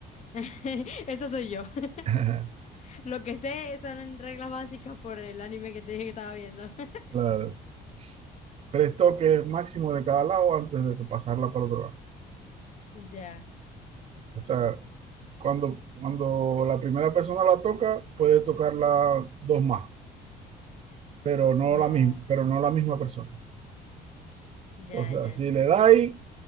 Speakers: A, on the left; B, on the right.
A: <laughs> Eso soy yo.
B: <laughs>
A: <laughs> Lo que sé son reglas básicas por el anime que te dije que estaba viendo. <laughs>
B: Las tres toques máximo de cada lado antes de que pasarla para otro lado.
A: Ya,
B: O sea, cuando, cuando la primera persona la toca, puede tocarla dos más, pero no
A: ya,
B: la misma, pero no la misma persona.
A: ya,
B: O sea,
A: ya
B: si
A: entiendo.
B: le dais